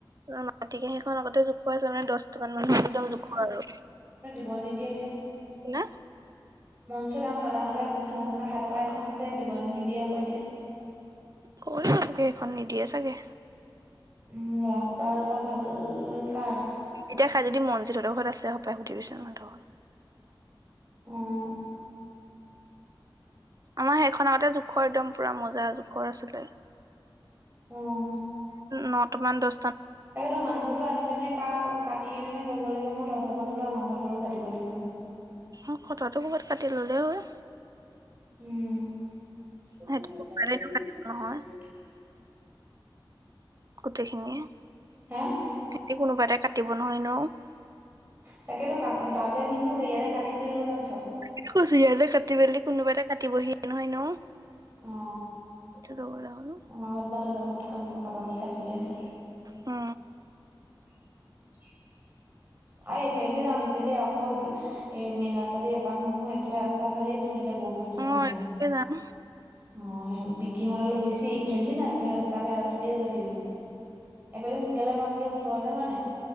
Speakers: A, on the right (about 45°); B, on the right (about 25°).
A: মাটি কো সেইখন আগতে জোখুৱ হৈছিল মানে দহ মান মানুহ একদম জোখুৱ আৰু
B: হ'ব নিদিয়ে এতিয়া
A: কিনে
B: পিছত আমাৰ দাদাহঁতেৰ খানা চানা খাই থকা এখন আছে দিব নিদিয়ে আকৌ এতিয়া
A: কৰি চাগে সখন নিদিয়ে চাগে
B: উম লৰা সোপাৰ লগত ভাল কাৰ আছে।
A: এতিয়া খাই যদি মনজিত হঁতৰখৰত আছে সপায় সুধিবিচোন সহঁতৰৰত
B: উম
A: আমাৰ সেইখন আগতে জোখৰ একদম পুৰা মজা জোখৰ আছিলে
B: উম
A: নটা মান দহ
B: তাকেতো মাংসটো আনি পিনে কা কাটি পিনে ল'ব লাগিব। তহঁত ঘৰত হ'লেও আমাৰ ঘৰত হ'লেও কাটিব লাগিব ন
A: অ কটাতো ক'ৰবাত কাটি ল'লেই হয়
B: উম পচ
A: সিহঁতি
B: ম ৰাখ
A: কুকাৰতে
B: <unintelligible>
A: কাটিব নহয় গোটেইখিনিয়ে
B: হা?
A: হেতি কোনোবা এটাই কাটিব নহয় ন
B: তাকেতো ক তালে নিনোগে ইয়াতে কাটি মেলি লৈ যাম চব
A: তাকেটো কৈছোঁ কাটি মেলি কোনোবা এটা কাটিবহি নহয় ন
B: অ
A: সেইটো লবলৈ হ'ল
B: আমাৰ ঘৰত বা তহঁতৰ ঘৰত কাৰোবা ঘৰত কাটিলেই হ'ল
A: অ
B: উ <unintelligible> আহ এইফালে যাম ইফালে আকৌ এ মেইন ৰাস্তা দি এপাক নুঘো এইফালে ৰাস্তা ভালেই চোন। এতিয়া বৰষুণ চষুণ
A: অ
B: নাই
A: একে যাম
B: অ সিহঁত অলপ বেছি এইফালে দি যাম এইফালে ৰাস্তা বেয়া তহঁতে গৈ থাকিবি এইফালে সোনকালে পামগে ওচৰতে হয় নে